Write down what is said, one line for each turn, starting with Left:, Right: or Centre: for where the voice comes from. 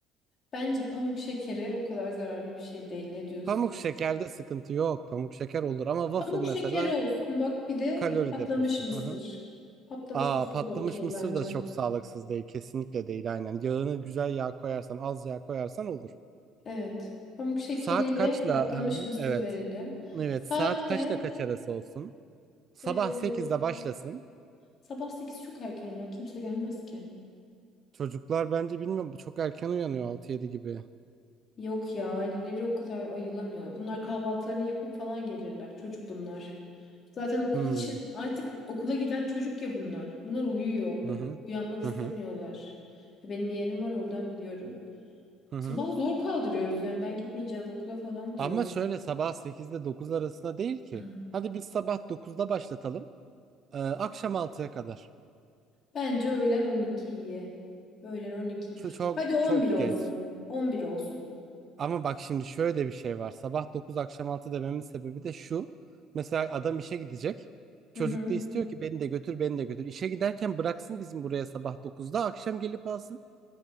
Left: Bence pamuk şekeri o kadar zararlı bir şey değil. Ne diyorsun?
Right: Pamuk şekerde sıkıntı yok. Pamuk şeker olur ama waffle
Left: Pamuk şekeri
Right: mesela
Left: olsun. Bak bir de
Right: kalori
Left: patlamış
Right: deposu.
Left: mısır.
Right: Hı hı.
Left: Patlamış
Right: Aa
Left: mısır
Right: patlamış
Left: da okey
Right: mısır
Left: bence.
Right: da çok sağlıksız değil. Kesinlikle değil aynen. Yağını güzel yağ koyarsan, az yağ koyarsan olur.
Left: Evet. Pamuk şekeriyle
Right: Saat kaçla?
Left: patlamış
Right: Hı hı,
Left: mısır
Right: Evet.
Left: verelim.
Right: Evet,
Left: Saat
Right: saat kaçla
Left: de
Right: kaç arası olsun? Sabah
Left: eee,
Right: sekizde başlasın.
Left: sabah 8 çok erken ya. Kimse gelmez ki.
Right: Çocuklar bence bilmiyorum çok erken uyanıyor altı yedi gibi.
Left: Yok ya aileleri o kadar ayılamıyor. Bunlar kahvaltılarını yapıp falan gelirler. Çocuk bunlar. Zaten okul
Right: Hmm.
Left: için artık okula giden çocuk ya bunlar. Bunlar uyuyor.
Right: Hı hı.
Left: Uyanmak istemiyorlar.
Right: Hı hı.
Left: Ya benim yeğenim var oradan biliyorum.
Right: Hı hı.
Left: Sabah zor kaldırıyoruz yani ben gitmeyeceğim okula falan diyor.
Right: Ama şöyle sabah sekizde 9 arasında değil ki.
Left: <laughs>
Right: Hadi biz sabah dokuzda başlatalım. Ee, akşam altıya kadar.
Left: Bence öğlen 12 iyi. Öğlen 12.
Right: Çok çok
Left: Hadi 11
Right: çok
Left: olsun.
Right: geç.
Left: 11 olsun.
Right: Ama bak şimdi şöyle bir şey var. Sabah 9 akşam 6 dememin sebebi de şu. Mesela adam işe gidecek.
Left: Hı
Right: Çocuk
Left: hı.
Right: da istiyor ki beni de götür, beni de götür. İşe giderken bıraksın bizim buraya sabah dokuzda akşam gelip alsın.